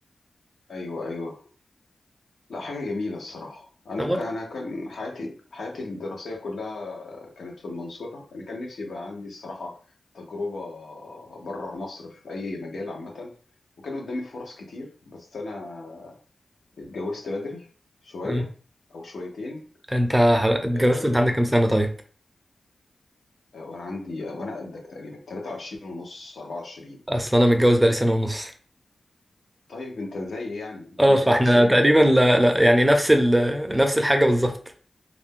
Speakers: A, on the left; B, on the right.
A: ايوه ايوه لا حاجه جميله الصراحه انا
B: تمام
A: كان انا كان حياتي حياتي الدراسيه كلها كانت في المنصوره انا كان نفسي يبقى عندي الصراحه تجربه بره مصر في اي مجال عامه وكان قدامي فرص كتير بس انا اتجوزت بدري شويه
B: آه.
A: او شويتين
B: انت اتجوزت
A: آه
B: انت عندك كام سنة طيب
A: آه، وانا عندي وانا قدك تقريبا 23 ونص 24
B: اصل انا متجوز بقالي سنه ونص
A: طيب انت زي يعني
B: اه
A: انت
B: فاحنا
A: نفس ال
B: تقريبا لا لا يعني نفس ال... نفس الحاجه بالظبط